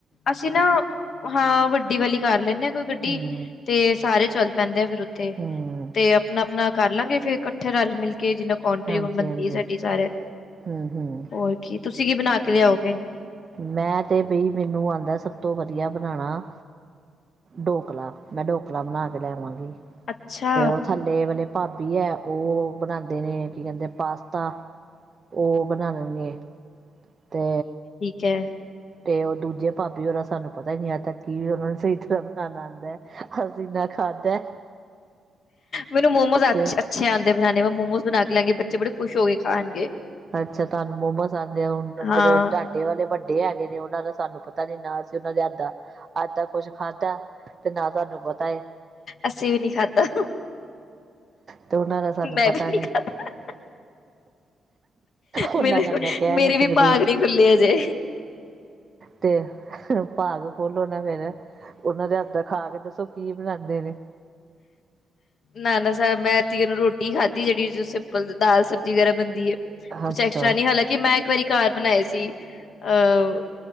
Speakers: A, on the left (about 55°); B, on the right (about 35°).
A: ਅਸੀਂ ਨਾ ਹਾਂ ਵੱਡੀ ਵਾਲੀ ਕਰ ਲੈਂਦੇ ਹਾਂ ਕੋਈ ਗੱਡੀ
B: ਹੂੰ
A: ਤੇ ਸਾਰੇ ਚੱਲ ਪੈਂਦੇ ਆ ਫਿਰ ਉੱਥੇ।
B: ਹੂੰ
A: ਤੇ ਆਪਣਾ ਆਪਣਾ ਕਰ ਲਾ ਫੇਰ ਇਕੱਠੇ ਰਲ ਮਿਲ ਕੇ ਜਿੰਨਾ ਕਾਂਟੀ
B: ਹਾਂਜੀ
A: ਬਣਦੀ
B: ਹਾਂਜੀ
A: ਸਾਡੀ ਸਾਰਿਆਂ
B: ਹੂੰ ਹੂੰ
A: ਹੋਰ ਕੀ ਤੁਸੀਂ ਕੀ ਬਣਾ? ਲਿਆਓਗੇ ਕਿ
B: ਮੈਂ ਤੇ ਬਈ ਮੈਨੂੰ ਆਂਦਾ ਸਭ ਤੋਂ ਵਧੀਆ ਬਣਾਣਾ ਢੋਕਲਾ ਮੈਂ ਢੋਕਲਾ ਬਣਾ ਕੇ ਲੈਵਾਂਗੀ।
A: ਅੱਛਾ
B: ਤੇ ਉਹ ਥੱਲੇ ਵਲੇ ਭਾਬੀ ਹੈ ਉਹ ਬਣਾਂਦੇ ਨੇ ਕੀ ਕਹਿੰਦੇ ਪਾਸਤਾ ਉਹ ਬਣਾ ਲੈਣਗੇ ਤੇ
A: ਕੈ
B: ਤੇ ਉਹ ਦੂਜੇ ਭਾਬੀ ਹੋਰ ਸਾਨੂੰ ਪਤਾ ਨੀ ਅੱਜ ਤਕ ਕੀ ਉਹਨਾ ਨੂੰ ਸਹੀ ਤਰ੍ਹਾਂ ਆਂਦਾ ਹੈ ਹਸੀਂ ਨਾ ਖਾਧਾ।
A: ਮੈਨੂੰ ਮੋਮੋਜ਼ ਅੱਛੇ
B: ਤੇ
A: ਆਂਦੇ ਬਣਾਣੇ ਮੈਂ ਮੋਮੋਸ ਬਣਾ ਕੇ ਲਵਾਂਗੀ ਬੱਚੇ ਬੜੇ। ਖੁਸ਼ ਹੋ ਗਏ ਖਾਣਗੇ।
B: ਅੱਛਾ ਤੁਹਾਨੂੰ ਮੋਮਜ ਆਂਦੇ ਹੁਣ
A: ਹਾਂ
B: ਜਿਹੜੇ ਢਾਡੇ ਵਾਲੇ ਵੱਡੇ ਹੈਗੇ ਨੇ ਉਹਨਾਂ ਨੇ ਸਾਨੂੰ ਪਤਾ। ਪਤਾ ਨੀ ਨਾਲ ਸੀ ਉਹਨਾਂ ਦੇ ਹੱਥ ਦਾ। ਆਦਾ ਕੁਛ ਖਾਧਾ ਤੇ ਨਾ ਸਾਨੂੰ ਪਤਾ ਏ।
A: ਅਸੀਂ ਵੀ ਨੀ ਖਾਧਾ
B: ਤੇ ਉਹਨਾਂ ਦਾ ਸਾਨੂੰ
A: ਮੈਂ
B: ਪਤਾ
A: ਵੀ ਨਹੀਂ
B: ਨੀ
A: ਖਾਧਾ
B: ਉਹਨਾਂ
A: ਮੇਰੇ-
B: ਦਾ ਮੈਂ ਕਹਿ
A: ਮੇਰੇ
B: ਨੀ
A: ਵੀ
B: ਸਕਦੀ
A: ਭਾਗ ਨੀ ਖੁੱਲ੍ਹੇ ਅਜੇ।
B: ਤੇ ਭਾਗ ਖੋਲੋ ਨਾ ਫੇਰ। ਉਹਨਾਂ ਦੇ ਅੰਦਰ ਖਾ ਕੇ ਦੱਸੋ ਕੀ ਬਣਾਦੇ ਨੇ।
A: ਨਾ-ਨਾ ਮੈਂ ਤੇ ਹੁਣ ਅੱਧੀ ਰੋਟੀ ਖਾਧੀ ਜਿਹੜੀ ਸਿੰਪਲ ਦਾਲ ਸਬਜ਼ੀ ਵਗੈਰਾ ਬਣਦੀ। ਬਣਦੀ ਆ ਕੁਛ
B: ਅੱਛਾ
A: ਐਕਸਟਰਾ ਨੀਂ ਹਾਲਾਂਕਿ ਮੈਂ ਇੱਕ ਵਾਰੀ ਘਰ। ਬਣਾਏ ਸੀ ਅਹ